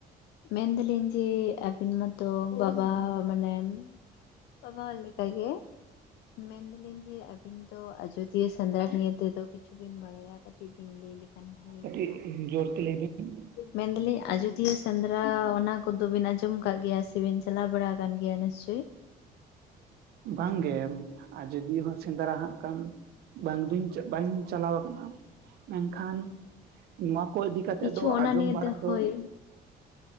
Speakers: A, on the left; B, on the right.
A: ᱢᱮᱱᱫᱟᱞᱤᱧ ᱡᱮ ᱟᱵᱤᱱ ᱢᱟᱛᱚ ᱵᱟᱵᱟ ᱢᱟᱱᱮ ᱵᱟᱵᱟ ᱦᱚᱲ ᱞᱮᱠᱟ ᱜᱮ᱾ ᱢᱮᱱ ᱫᱟᱞᱤᱧ ᱡᱮ ᱟᱹᱵᱤᱱ ᱫᱚ ᱟᱡᱚᱫᱤᱭᱟᱹ ᱥᱮᱸᱫᱽᱨᱟ ᱱᱤᱭᱟᱹᱛᱮ ᱛᱮᱫᱚ ᱠᱤᱪᱷᱩᱵᱤᱱ ᱵᱟᱲᱟᱭᱟ? ᱠᱟᱹᱴᱤᱡ ᱵᱤᱱ ᱞᱟᱹᱭ ᱞᱮᱠᱷᱟᱱ ᱵᱷᱟᱹᱜᱤ
B: ᱠᱟᱹᱴᱤᱡ
A: ᱠᱚᱜ-ᱟ᱾
B: <inaudible>
A: ᱢᱮᱱᱫᱟᱞᱤᱧ ᱟᱡᱚᱫᱤᱭᱟᱹ ᱥᱮᱸᱫᱽᱨᱟ ᱚᱱᱟ ᱠᱚᱫᱚ ᱵᱤᱱ ᱟᱸᱡᱚᱢ ᱠᱟᱜ ᱜᱮᱭᱟ ᱥᱮᱵᱤᱱ ᱪᱟᱞᱟᱣ ᱵᱟᱲᱟ ᱠᱟᱱ ᱜᱮᱭᱟ ᱱᱤᱥᱪᱳᱚᱭ?
B: ᱵᱟᱝᱜᱮ ᱟᱡᱚᱫᱤᱭᱟᱹ ᱦᱚᱸ ᱥᱮᱸᱫᱽᱨᱟ ᱦᱟᱸᱜ ᱠᱟᱱ ᱵᱟᱝ ᱫᱩᱧ ᱵᱟᱧ ᱪᱟᱞᱟᱣ ᱠᱟᱱᱟ ᱢᱮᱱᱠᱷᱟᱱ᱾ ᱱᱚᱣᱟ ᱠᱚ ᱤᱫᱤ ᱠᱟᱛᱮᱜ
A: ᱠᱤᱪᱷᱩ
B: ᱫᱚ
A: ᱚᱱᱟ
B: ᱟᱸᱡᱚᱢ
A: ᱱᱤᱭᱮᱛᱮ
B: ᱵᱟᱲᱟ
A: ᱦᱳᱭ
B: ᱫᱚ